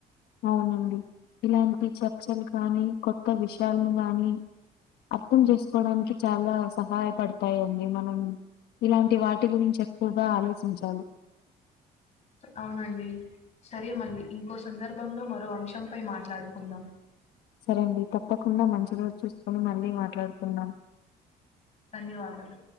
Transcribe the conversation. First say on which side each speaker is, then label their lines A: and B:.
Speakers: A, on the left; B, on the left.
A: అవునండి ఇలాంటి చర్చలు కానీ కొత్త విషయాలను గానీ అర్థం చేసుకోవడానికి చాలా సహాయపడతాయండి మనం ఇలాంటి వాటి గురించి ఎక్కువగా ఆలోచించాలి
B: అవునండి సరే మళ్ళీ ఇంకో సందర్భంలో మరో అంశంపై మాట్లాడుకుందాం
A: సరే అండి తప్పకుండా మంచి రోజు చూసుకొని మళ్ళీ మాట్లాడుకుదం
B: ధన్యవాదాలు